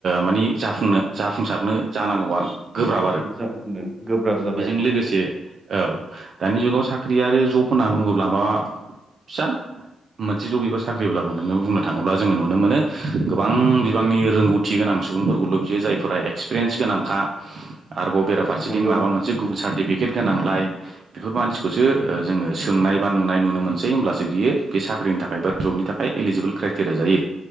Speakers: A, on the right; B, on the right.
A: माने जाफुंनो जाफुंसारनो जानांगौआ गोब्राब आरो
B: जावखुनो गोब्राब जाबाय
A: बेजों
B: आरो
A: लोगोसे औ दानि जुगाव साख्रि आरो जब होनना बुङोब्ला मा फिसा मोनसे जब एबा साख्रिब्लाबो नोङो बुंनो थाङोब्ला जोङो नुनो मोनो गोबां बिबांनि रोंगौथि गोनां सुबुंफोरखौल' बियो जायफोरा एक्सपिरियेन्स गोनांखा आरोबेा फारसेथिं
B: नंगौ
A: माबा मोनसे गुबुनारटिफिक पिकेट गोनांलाय बेफोर मानसिखौसो जोङो सोंनाय बा नुनाय नुनो मोनसै होमब्लासो बियो बे साखि साख्रिनि थाखाय बा जबनि थाखाय इलिजिबोल क्राइटेरिया जायो